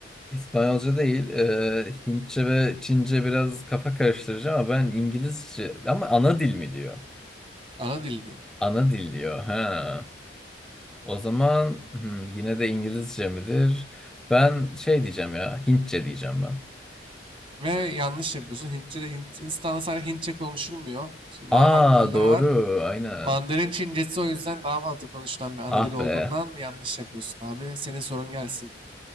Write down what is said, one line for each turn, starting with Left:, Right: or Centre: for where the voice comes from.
Centre: İspanyolca değil, e, Hintçe ve Çince biraz kafa karıştırıcı ama ben İngilizce ama ana dil mi diyor?
Right: Ana dil diyor.
Centre: Ana dil diyor. Ha. O zaman hmm, yine de İngilizce midir? Ben şey diyeceğim ya, Hintçe diyeceğim ben.
Right: Ve yanlış yapıyorsun. Hintçe de Hint, Hindistan'da sadece Hintçe konuşulmuyor. Şu
Centre: Aa
Right: Daha farklı diller
Centre: doğru,
Right: var.
Centre: aynen.
Right: Mandarin Çincesi o yüzden daha fazla konuşulan bir ana
Centre: Ah
Right: dil olduğundan
Centre: be.
Right: yanlış yapıyorsun abi. Senin sorun gelsin.